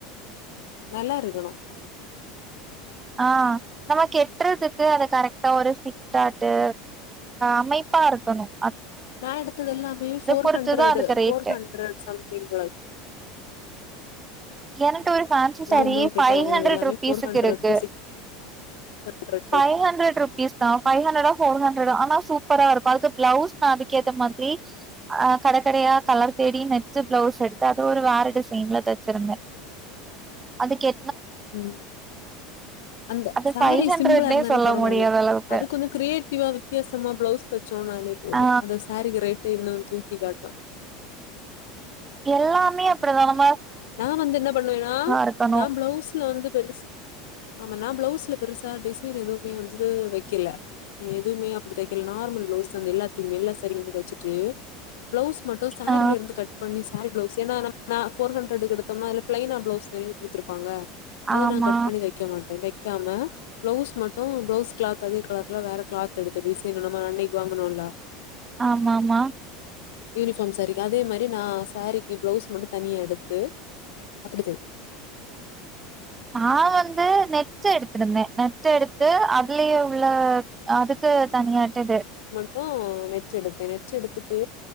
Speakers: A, on the left; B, on the right.
A: நல்லா இருக்கணும்
B: ஆஹ் நம்ம கெட்டுறதுக்கு அத கரெக்டா ஒரு பிட்டாட்டு அமைப்பா இருக்கணும்
A: நா எடுத்தது எல்லாமே ஃபோர்
B: பொறுத்துதா
A: ஹண்ட்ரடு
B: அதுக்கு ரேட்டு
A: ஃபோர் ஹண்ட்ரட் சம்திங் குள்ள
B: எனங் <unintelligible> ஒரு ஃபேன்சி சாரி
A: நா ஒம்போது
B: ஃபைவ்
A: கிட்ட வாங்குனது
B: ஹண்ட்ரட்
A: எல்லாமே
B: ருபீஸ்
A: ஃபோர் ஹண்ட்ரட்
B: இருக்கு
A: two six hundred
B: five
A: range
B: hundred rupees தான் ஃபைவ் ஹண்ரடா ஃபோர் ஹண்ட் ஹண்ட்ரடு ஆனா சூப்பரா இருக்கு அதுக்கு பிளவுஸ் நா அதுக்கே மாதிரி ஆ கடைக்கடையா கலர் தேடி மேட்ச் பிளவுஸ் எடுத்து அது ஒரு வேற டிசைன்ல தச்சிருந்தே அதுக்கே
A: உம் அந்த
B: அது
A: சாரீ
B: ஃபைவ் ஹண்ட்ரட்னே
A: சிம்பிளா இருந்தாலும்
B: சொல்ல
A: பரவாயில்ல
B: முடியாத அளவுக்கு
A: அதுக்கு கொஞ்சோ கிரியேட்டிவா வித்தியாசமா பிளவுஸ் தச்சு தூனாலே போதும்
B: ஆ
A: அந்த சாரீக்கு ரேட் கட்டி இருந்தா தூக்கி காட்டும்
B: எல்லாமே அப்டிதானாம்
A: நா வந்து என்ன பண்ணுவேன்னா
B: இருக்கணு
A: நா பிளவுஸ்ல வந்து பெருசு ஆமா நான் பிளவுஸ்ல பெருசா டிசைன் எதுவுமே வந்து வைக்கல எதுவுமே அப்டி தைக்கல நார்மல் பிளவுஸ்தா அந்த எல்லாத்தயும் எல்லா சாரிக்கும் தைச்சுட்டு பிளவுஸ் மட்டு சாரில
B: ஆ
A: இருந்து கட் பண்ணி சாரி ப்ளவுஸ் ஏனா நம் நா ஃபோர் ஹண்ட்ரடுக்கு எடுத்தோம்னா அதுல பிளைனா ப்ளவுஸ் தனியா குடுத்துருப்பாங்க அத
B: ஆமா
A: நா கட் பண்ணி தைக்க மாட்டே தை க்காம பிளவுஸ் மட்டு பிளவுஸ் கிளாத் அதே கலர்ல வேற கிளாத் எடுத்து டிசைன் நம்ம அன்னைக்கு வாங்கணுல்ல
B: ஆமாமா
A: யூனிஃபார்ம் சாரீக்கு அதே மாரி சாரீக்கு பிளவுஸ் மட்டும் தனியா எடு த்து அப்படி தை
B: நான் வந்து நெட் எடுத்துருந்தேன் நெட் எடுத்து அதுலயே ஃபுல்லா அதுக்கு தனியா இட்டது
A: உம் நெட் எடுத்தே நெட் எடுத்துட்டு